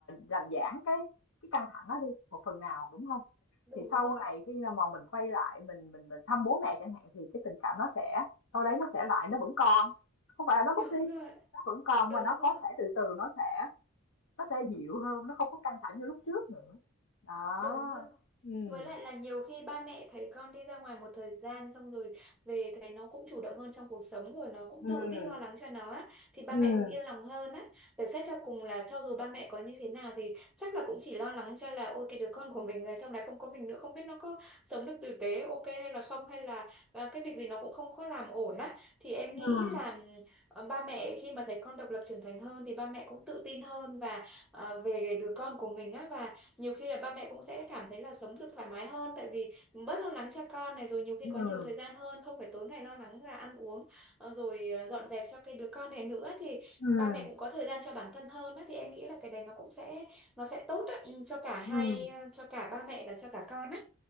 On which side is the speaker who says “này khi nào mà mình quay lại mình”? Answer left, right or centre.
Left